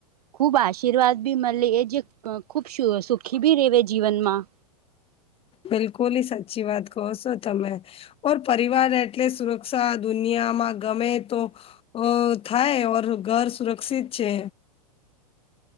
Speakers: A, on the right; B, on the left.
A: ખૂબ આશીર્વાદ બી મળે એ જે ખૂબ સુખી બી રવે જીવનમાં
B: બિલકુલી સાચી વાત કહો છો તમે ઓર પરિવાર એટલે સુરક્ષા દુનિયામાં ગમે તો અ થાય ઓર ઘર સુરક્ષિત છે